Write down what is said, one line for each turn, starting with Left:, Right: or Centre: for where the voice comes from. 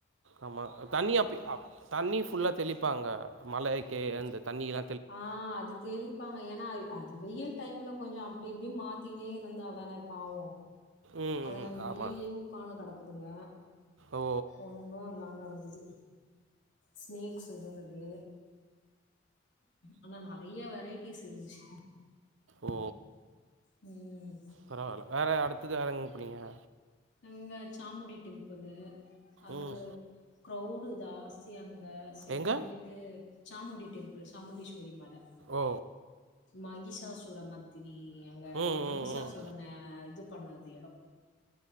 Right: ஆமா தண்ணி அப்பி அப் தண்ணி ஃபுல்லா தெளிப்பாங்க மழைக்கே அந்த தண்ணிலா
Left: ஆஹ் அது தெளிப்பாங்க ஏனா அது வெயில் டைம்ல கொஞ்சோ அப்டி இப்டி மாத்திகினே இருந்தா தான பாவோ
Right: ம்
Left: அதுங்க
Right: ம்
Left: அந்த வெயில்லேவு
Right: ஆமா
Left: உக்கானு கெடக் அதுங்க
Right: ஓ
Left: ஒன்னு இல்லாம இருந்துது ஸ்னேக்ஸ் இருந்துது ஆனா நறையா வெரைட் டீஸ் இருந்துச்சு
Right: ஓ
Left: ம்
Right: பரவால்ல அடுத்தது அரங் அப்டியா
Left: அங்க சாமுண்டி டெம்புள்ளு அது
Right: ம்
Left: கிரௌடு ஜாஸ்தி அங்க சேரின்னுட்டு
Right: எங்க
Left: சாமுண்டி டெம்பிள் சாமுண்டீஸ்வரி மல
Right: ஓ
Left: மகிஷாசுர மத்தினி அங்க
Right: ம்
Left: மகிசாசுரன
Right: ம் ம்
Left: இது பண்ணது எடம்